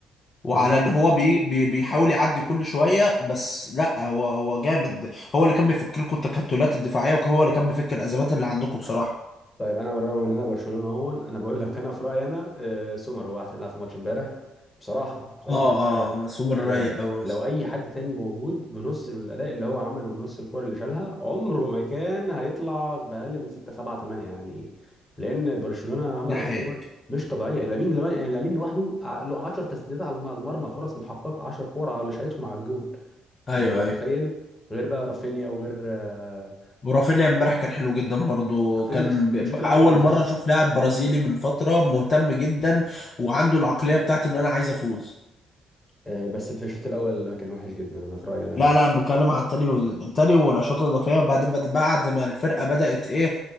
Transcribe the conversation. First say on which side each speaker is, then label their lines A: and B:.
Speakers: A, on the left (about 40°); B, on the left (about 20°).
A: وعلى
B: بالظبط
A: ان هو بي بي بيحاول يعدي كل شويه بس لا هو هو جامد هو اللي كان بيفكر لكم التكتلات الدفاعيه وهو اللي كان بيفكر الازمات اللي عندكم بصراحه
B: طيب انا بالرغم ان انا برشلونه اهو انا بقول لك انا في رايي انا آه، سومر هو احسن لاعب في الماتش امبارح بصراحه بصراحه
A: اه
B: بصراحه
A: اه سوبر
B: آه،
A: رايق قوي
B: لو اي حد تاني موجود بنص الاداء اللي هو عمله بنص الكور اللي شالها عمره ما كان هيطلع باقل من 6 7 8 يعني لان برشلونه عملت
A: ده حقيقي
B: كور مش طبيعيه لامين لامين لامين لوحده ع- له 10 تسديدات على الم- على المرمى فرص محققه 10 كور على شايتهم على الجون
A: ايوه
B: انت متخيل
A: ايوه
B: غير بقى رافينيا وغير آه،
A: ورافينيا امبارح كان حلو جدا برضو
B: رافينيا
A: كان
B: في الش- في
A: ب... ب-
B: الشوط الأول
A: اول
B: كان وحش
A: مره اشوف لاعب برازيلي من فتره مهتم جدا وعنده العقليه بتاعت ان انا عايز افوز
B: آه، بس في الشوط الاول كان وحش جدا انا في رايي انا
A: لا
B: يعني
A: لا انا بتكلم على التاني وال- التاني والاشواط الاضافيه وبعدين بعد بعد ما الفرقه بدات ايه